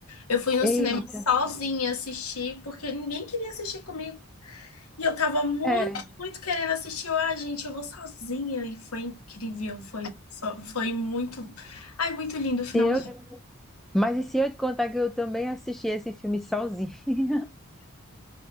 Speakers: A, on the left (about 85°); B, in the centre.
A: Eu fui no cinema
B: Eita,
A: sozinha assistir, porque ninguém queria assistir comigo. E eu tava muito,
B: é.
A: muito querendo assistir. Eu, ah, gente, eu vou sozinha. E foi incrível, foi, só- foi muito. Ai, muito lindo o final
B: Se eu... Mas e se eu te contar que eu também assisti esse filme sozinho? <laughs>